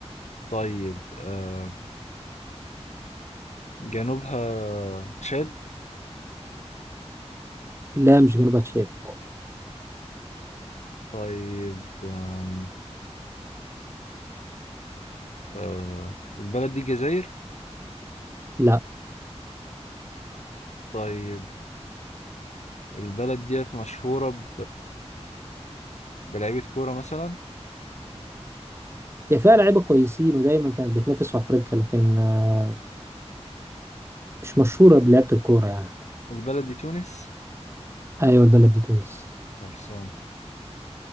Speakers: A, on the left; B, on the right.
A: طيب آه جنوبها تشاد
B: لا مش جنوب تشاد
A: طيب آم، آه البلد دي جزائر
B: لا
A: طيب البلد ديت مشهورة بلعيبة كورة مثلا
B: هي فيها لعيبه كويسين ودايما كانت بتنافس في افريقيا لكن آه، مش مشهوره بلعبه الكوره يعني
A: البلد دي تونس
B: ايوه البلد دي تونس
A: خلصان